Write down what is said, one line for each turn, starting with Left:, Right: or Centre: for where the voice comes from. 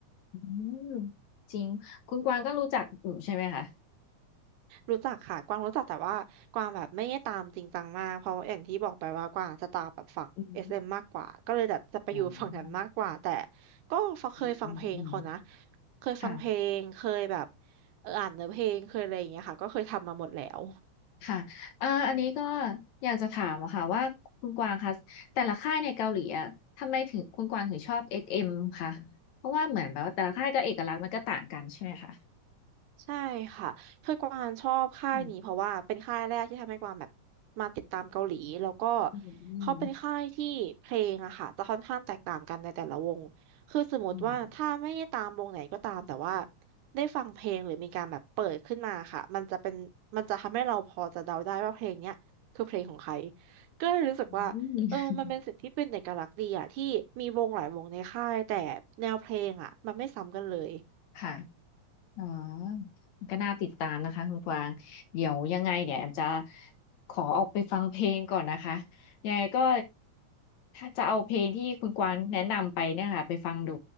Left: อืมจริงคุณกวางก็รู้จักอยู่ใช่ไหมคะ
Right: รู้จักค่ะกวางรู้จักแต่ว่ากวางแบบไม่ได้ตามจริงจังมากเพราะอย่างที่บอกไปว่ากวางจะตามแบบฝั่ง
Left: อืม
Right: SM มมากกว่าก็เลยแบบจะไปอยู่ฝั่งนั้นมากกว่าแต่
Left: อ๋อ
Right: ก็ฟังเคยฟังเพลงเขานะ
Left: อืมอืมอืม
Right: เคยฟังเพลงเคยแบบ
Left: ค่ะ
Right: เอออ่านเนื้อเพลงเคยอะไรอย่างเงี้ยค่ะก็เคยทำมาหมดแล้ว
Left: ค่ะเอ่ออันนี้ก็อยากจะถามอะค่ะว่าคุณกวางคะแต่ละค่ายในเกาหลีอะทำไมถึงคุณกวางถึงชอบ SM คะเพราะว่าเหมือนแบบว่าแต่ละค่ายก็เอกลักษณ์มันก็ต่างกันใช่ไหมคะ
Right: ใช่ค่ะคือกวางชอบค่ายนี้เพราะว่าเป็นค่ายแรกที่ทำให้กวางแบบ
Left: อืม
Right: มาติดตามเกาหลีแล้วก็
Left: อืม
Right: เขาเป็นค่ายที่เพลงอะค่ะจะค่อนข้างแตกต่างกันในแต่ละวงคือสมมติว่าถ้าไม่ได้ตามวงไหนก็ตามแต่ว่า
Left: อืม
Right: ได้ฟังเพลงหรือมีการแบบเปิดขึ้นมาค่ะมันจะเป็นมันจะทำให้เราพอจะเดาได้ว่าเพลงเนี้ยคือเพลงของใครก็เลยรู้สึกว่าเออมันเป็นสิ่งที่เป็นเอกลักษณ์ดีอะที่มีวงหลายวงในค่ายแต่แนวเพลงอะมันไม่ซ้ำกันเลย
Left: อืมอืมค่ะอ๋อก็น่าติดตามนะคะคุณกวางเดี๋ยวยังไงเดี๋ยวแอมจะขอออกไปฟังเพลงก่อนนะคะยังไงก็ถ้าจะเอาเพลงที่คุณกวางแนะนำไปเนี่ยค่ะไปฟังดู